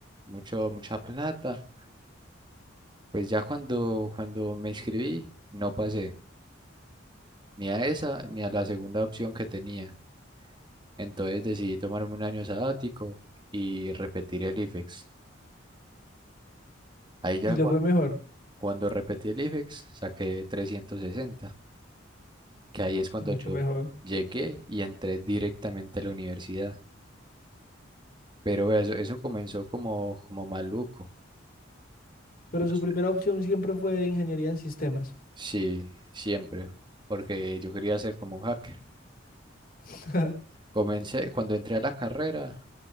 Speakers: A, on the right; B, on the left.
A: mucho, mucha plata Pues ya cuando, cuando me inscribí, no pasé ni a esa ni a la segunda opción que tenía. Entonces decidí tomarme un año sabático y repetir el IFEX. Ahí ya
B: Y le
A: cu-
B: fue mejor.
A: cuando repetí el IFEX saqué 360, que ahí es cuando
B: Mucho
A: yo
B: mejor.
A: llegué y entré directamente a la universidad. Pero eso, eso comenzó como, como maluco.
B: Pero
A: Los-
B: su primera opción siempre fue ingeniería en sistemas.
A: Sí, siempre, porque yo quería ser como un hacker.
B: <laughs>
A: Comencé, cuando entré a la carrera,